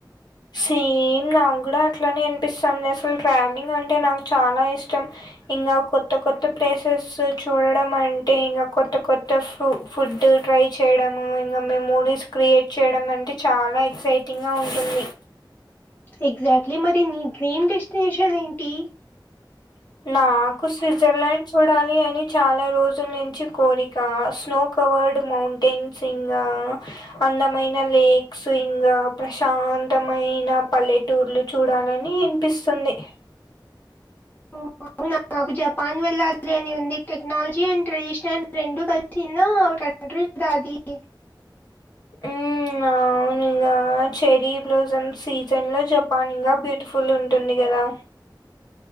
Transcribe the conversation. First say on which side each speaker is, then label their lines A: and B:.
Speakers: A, on the left; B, on the left.
A: సేమ్ నాకు కూడా అట్లానే అనిపిస్తుంది అసలు ట్రావెలింగ్ అంటే నాకు చాలా ఇష్టం ఇంగ కొత్త కొత్త ప్లేసెస్ చూడడం అంటే ఇంగ కొత్త కొత్త ఫు ఫుడ్ ఫ్రై చేయడము ఇంగ మేం మూవీస్ క్రియేట్ చేయడం అంటే చాలా ఎక్సైటింగ్ గా ఉంటుంది
B: ఎగ్జాక్ట్లీ మరి నీ డ్రీమ్ డెస్టినేషన్ ఏంటి
A: నాకు స్విజర్లండ్ చూడాలి అని చాలా రోజుల నుంచి కోరిక స్నో కవర్డ్ మౌంటైన్స్ ఇంగ అందమైన లేక్స్ ఇంగ ప్రశాంత తమైన పల్లెటూర్లు చూడాలని అనిపిస్తుంది
B: ఓ అవునా నాకు జపాన్ వెళ్ళాలి అని ఉంది టెక్నాలజీ అండ్ ట్రెడిషనల్ రెండు కలిసిందా ఆవి నన్ీ దాది <unintelligible>
A: మ్మ్ అవును ఇకా చెరీ <unintelligible> బ్లజమ్ సీజన్ లో జపాన్ గా బ్యూటిఫుల్ ఉంటుంది కదా